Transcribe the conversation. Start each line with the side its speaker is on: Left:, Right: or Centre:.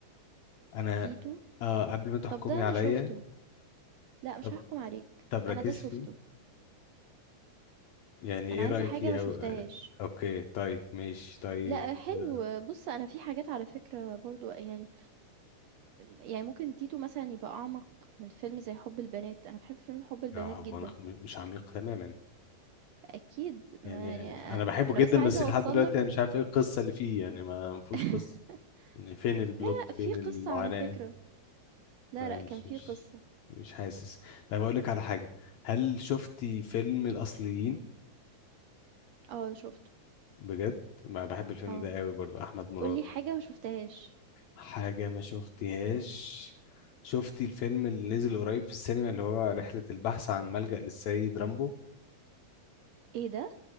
Left: انا
Right: تيتو؟
Left: آه قبل ما تحكمي
Right: طَب ده أنا
Left: عليا
Right: شُفته. لأ، مش
Left: طب
Right: هاحكم عليك،
Left: طب ركز
Right: أنا ده شُفته،
Left: فيه يعني
Right: أنا
Left: ايه
Right: عايزة
Left: رأيك
Right: حاجة
Left: فيه
Right: ما شُفتهاش.
Left: أو... اوكي طيب ماشي طيب
Right: لأ، حلو،
Left: اه
Right: بُص أنا في حاجات على فكرة برضه يعني يعني ممكن تيتو مثلًا يبقى أعمق من فيلم زي حُب البنات، أنا باحب فيلم حُب البنات
Left: آه، هو
Right: جدًا،
Left: انا م- مش عميق تماما
Right: أكيد ما
Left: يعني
Right: يعني أ
Left: انا بحبه
Right: أنا
Left: جدا
Right: بس عايزة
Left: بس لحد
Right: أوصّل
Left: دلوقتي
Right: لك
Left: انا مش عارف ايه القصة اللي فيه يعني ما ما فيهوش
Right: <laughs>
Left: قصة يعني فين البلوت
Right: لا، لأ،
Left: فين
Right: في قصة
Left: المعاناة
Right: على فكرة، لا،
Left: مش
Right: لأ، كان في
Left: مش
Right: قصة،
Left: مش حاسس طيب اقول لك على حاجة هل شفتي فيلم الأصليين
Right: آه شُفته،
Left: بجد ما بحب الفيلم
Right: آه،
Left: ده قوي برضو احمد مراد
Right: قُل لي حاجة ما شُفتهاش،
Left: حاجة ما شفتهاش شفتي الفيلم اللي نزل قريب في السينما اللي هو رحلة البحث عن ملجأ للسيد رامبو
Right: إيه ده؟